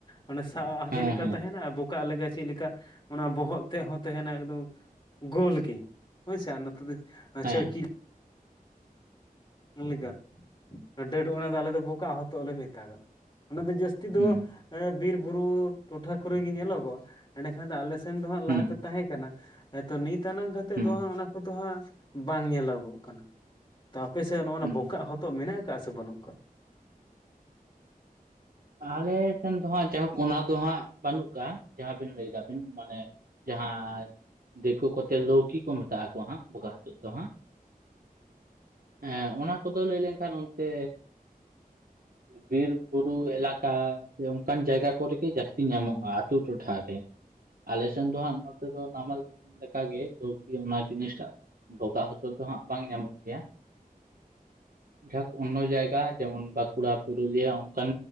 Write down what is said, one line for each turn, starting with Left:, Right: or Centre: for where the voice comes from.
Left: ᱚᱱᱮ ᱥᱟᱵᱟᱜ ᱦᱚᱸ
Right: ᱦᱮᱸ
Left: ᱪᱮᱫ ᱞᱮᱠᱟ
Right: ᱦᱮᱸ
Left: ᱛᱟᱦᱮᱱᱟ ᱟ ᱵᱚᱠ ᱠᱟᱜ ᱞᱮᱠᱟ ᱪᱮᱫ ᱞᱮᱠᱟ ᱚᱱᱟ ᱵᱚᱦᱚᱜ ᱛᱮᱫ ᱦᱚᱸ ᱛᱟᱦᱮᱱᱟ ᱮᱠᱫᱚᱢ ᱜᱳᱞ ᱜᱮ ᱦᱚᱭᱥᱮ ᱱᱚᱛᱮ ᱫᱚ
Right: ᱦᱮᱸ
Left: ᱪᱟᱹᱲᱠᱤ ᱞᱮᱠᱟ᱾ ᱰᱟᱹᱴ ᱚᱱᱟ ᱫᱚ ᱟᱞᱮ ᱫᱚ ᱵᱚᱠᱟᱜ ᱦᱚᱛᱚᱫ ᱞᱮ ᱢᱮᱛᱟᱜᱟᱜ-ᱟ᱾ ᱚᱱᱟ ᱫᱚ ᱡᱟᱹᱥᱛᱤ ᱫᱚ
Right: ᱦᱩᱸ
Left: ᱮᱸ ᱵᱤᱨ-ᱵᱩᱨᱩ ᱴᱚᱴᱷᱟ ᱠᱚᱨᱮ ᱜᱮ ᱧᱮᱞᱚᱜᱚᱜ-ᱟ᱾ ᱮᱸᱰᱮ ᱠᱷᱟᱱ ᱫᱚ ᱟᱞᱮ ᱥᱮᱱ ᱫᱚ ᱦᱟᱜ
Right: ᱦᱩᱸ
Left: ᱞᱟᱦᱟᱛᱮ ᱛᱟᱦᱮᱸ ᱠᱟᱱᱟ ᱛᱚ ᱱᱤᱛ ᱟᱱᱟᱝ ᱠᱟᱛᱮᱫ
Right: ᱦᱩᱸ
Left: ᱫᱚ ᱦᱟᱸᱜ ᱚᱱᱟ ᱠᱚᱫᱚ ᱦᱟᱸᱜ ᱵᱟᱝ ᱧᱮᱞᱚᱜᱚᱜ ᱠᱟᱱᱟ᱾ ᱛᱚ ᱟᱯᱮ ᱥᱮᱫ ᱱᱚᱜᱼᱚᱱᱟ
Right: ᱦᱩᱸ
Left: ᱵᱚᱠᱟᱜ ᱦᱚᱛᱚᱫ ᱢᱮᱱᱟᱜ ᱟᱠᱟᱜ-ᱟ ᱥᱮ ᱵᱟᱹᱱᱩᱜ ᱟᱠᱟᱫ-ᱟ?
Right: ᱟᱞᱮ ᱥᱮᱱ ᱫᱚ ᱦᱟᱸᱜ ᱡᱟᱭᱦᱳᱠ ᱚᱱᱟ ᱫᱚ ᱦᱟᱸᱜ ᱵᱟᱹᱱᱩᱜ ᱟᱠᱟᱜ-ᱟ᱾ ᱡᱟᱦᱟᱸ ᱵᱤᱱ ᱞᱟᱹᱭ ᱮᱫᱟᱵᱤᱱ ᱢᱟᱱᱮ ᱡᱟᱦᱟᱸ ᱫᱤᱠᱩ ᱠᱚᱛᱮ ᱞᱟᱹᱣᱠᱤ ᱠᱚ ᱢᱮᱛᱟᱜ-ᱟ ᱠᱚ ᱦᱟᱸᱜ ᱵᱚᱠᱟᱜ ᱦᱚᱛᱚᱫ ᱫᱚ ᱦᱟᱸᱜ᱾ ᱮᱸ ᱚᱱᱟ ᱠᱚᱫᱚ ᱞᱟᱹᱭ ᱞᱮᱱᱠᱷᱟᱱ ᱚᱱᱛᱮ ᱵᱤᱨ ᱵᱩᱨᱩ ᱮᱞᱟᱠᱟ ᱥᱮ ᱚᱱᱠᱟᱱ ᱡᱟᱭᱜᱟ ᱠᱚᱨᱮᱜᱮ ᱡᱟᱹᱥᱛᱤ ᱧᱟᱢᱚᱜ-ᱟ ᱟᱹᱛᱩ ᱴᱚᱴᱷᱟᱨ ᱨᱮ᱾ ᱟᱞᱮ ᱥᱮᱱ ᱫᱚ ᱦᱟᱸᱜ ᱱᱚᱛᱮ ᱫᱚ ᱱᱟᱢᱟᱞ ᱫᱤᱥᱚᱢ ᱞᱮᱠᱟᱜᱮ ᱞᱟᱹᱣᱠᱤ ᱚᱱᱟ ᱡᱤᱱᱤᱥᱴᱟᱜ᱾ ᱵᱚᱠᱟᱜ ᱦᱚᱛᱚᱫ ᱫᱚ ᱦᱟᱸᱜ ᱵᱟᱝ ᱧᱟᱢᱚᱜ ᱜᱮᱭᱟ᱾
Left: <inaudible>
Right: ᱡᱷᱟᱠ ᱚᱱᱱᱚ ᱡᱟᱭᱜᱟ ᱡᱮᱢᱚᱱ ᱵᱟᱸᱠᱩᱲᱟ, ᱯᱩᱨᱩᱞᱤᱭᱟ ᱚᱱᱠᱟᱱ